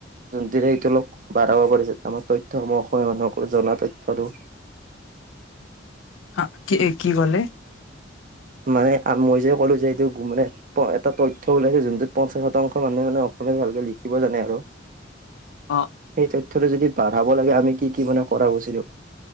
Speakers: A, on the right; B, on the left.
A: জোনটোৰে এইটো বঢ়াব পাৰি যা আমাৰ তথ্য সমূহ <unintelligible> মানুহক জনা তথ্যটো।
B: হাকি কি ক'লে?
A: মানে মই যে ক'লো যে এইটো গুমনে এটা তথ্য ওলাইছে, যোনটোত পঞ্চাশ শতাংশ মানুহে মানে অসমীয়াত ভালকে লিখিব জানে আৰু
B: অ
A: সেইটোত যদি বাঢ়াব লাগে, আমি কি কি মানে কৰা উচিত